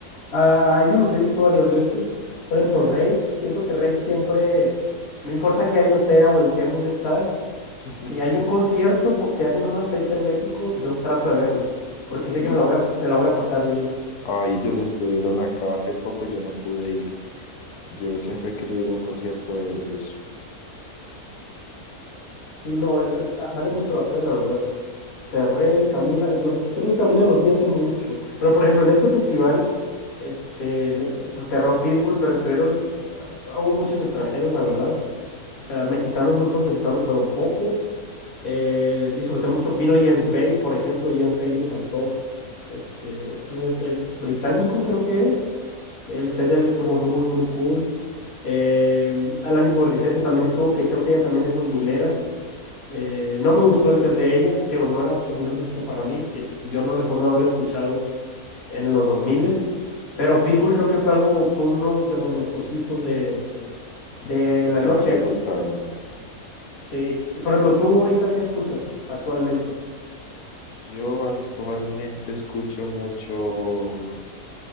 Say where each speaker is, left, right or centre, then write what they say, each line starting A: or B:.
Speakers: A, on the left (about 45°); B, on the left (about 90°).
A: A, a ellos los he visto varias veces. Por ejemplo, Reik, siento que Reik siempre, no importa qué año sea o en qué mood estás,
B: <laughs>
A: si hay un concierto, po- si hacen una fecha en México, yo trato de verlos, porque
B: Sí,
A: sé que me la voy a, me la voy a pasar bien.
B: Ay, ellos estuvieron acá hace poco yo no pude ir. Yo siempre he querido ir a un concierto de ellos.
A: Sí, no, eh, eh, ah, vale mucho la pena, la verdad. O sea, Rey, Camila, no sé, creo que Camila los vi hace mucho. Pero, por ejemplo, en este festival, este, me- pues cerró Pitbull, pero estuvieron, hubo muchos extranjeros, la verdad. O sea, mexicanos, grupos mexicanos fueron pocos. Eh, disfruté mucho. Vino Jens Bay, por ejemplo. Jens Bay me encantó. Este, pues e, el británico creo que es. El set de él estuvo muy, muy cool. Eh, Alanis Morissette también estuvo, que creo que ella también es dos milera. Eh, no me gustó el set de ella, tío, no era como una música para mí, que yo no recuerdo haberla escuchado en los 2000, pero Pitbull creo que fue algo, fue uno de los mejorcitos de, de
B: Los
A: la
B: que
A: noche.
B: más te gustaron.
A: Sí. Y por ejemplo, ¿tú ahorita qué escuchas actualmente?
B: Yo actualmente escucho mucho,